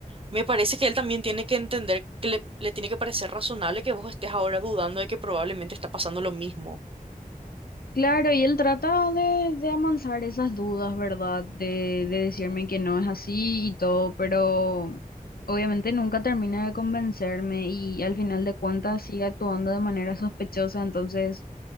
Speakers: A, on the right; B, on the left.
A: Me parece que él también tiene que entender que le, le tiene que parecer razonable que vos estés ahora dudando de que probablemente está pasando lo mismo.
B: Claro, y él trata de, de amansar esas dudas, ¿verdad? De, de decirme que no es así y todo, pero obviamente nunca termina de convencerme y al final de cuentas
A: Mm.
B: sigue actuando de manera sospechosa, entonces